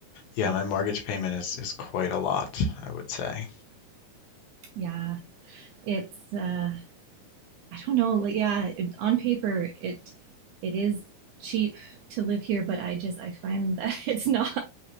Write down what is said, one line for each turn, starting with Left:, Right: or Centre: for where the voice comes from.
Left: yeah,
Right: Yeah.
Left: my mortgage payment is is quite a lot, I would say.
Right: Yeah. It's. Uh, I don't know. Like, yeah. It, on paper, it it is cheap to live here, but I just I find that <laughs> it's not.